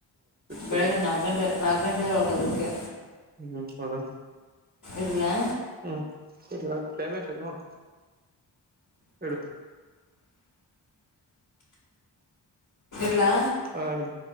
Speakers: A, on the left; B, on the right.
A: ಬೆಳಗ್ಗೆ
B: ಸರಿ
A: ನಾಲ್ಕು ಗಂಟೆ ನಾಲ್ಕು ಗಂಟೆಗೆ ಒಳಕ ಹೇಳಬೇಕ ಅದಕ್ಕೆ.
B: ಹ್ಮ್ ಹೌದ
A: ಇಡ್ಲಾ
B: ಹ್ಮ್ ಟೈಮ್ ಎಷ್ಟ ಆಯ್ತ್ ನೋಡ. ಇಡು.
A: ಇಡ್ಲಾ.
B: ಹಾ ಇಡು.